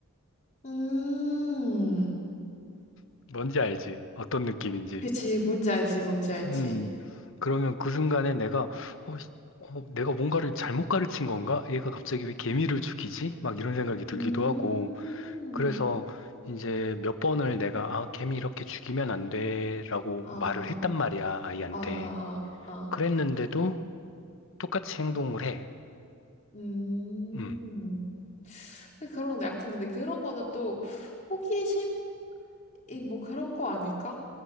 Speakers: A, on the left (about 35°); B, on the left (about 60°).
A: 음,
B: <laughs> 뭔지 알지? 어떤 느낌인지.
A: 그치, 뭔지 알지, 뭔지 알지.
B: 음. 그러면 그 순간에 내가 어, 씨, 어, 내가 뭔가를 잘못 가르친 건가? 얘가 갑자기 왜 개미를 죽이지? 막 이런 생각이 들기도
A: 음,
B: 하고 그래서 이제 몇 번을 내가 아, 개미 이렇게 죽이면 안 돼라고
A: 어, 어,
B: 말을 했단 말이야, 아이한테.
A: 어, 어, 어, 어.
B: 그랬는데도 똑같이 행동을 해.
A: 음.
B: 음.
A: 그런, 거 약간, 근데 그런 거는 또 호기심? 이 뭐 그런 거 아닐까?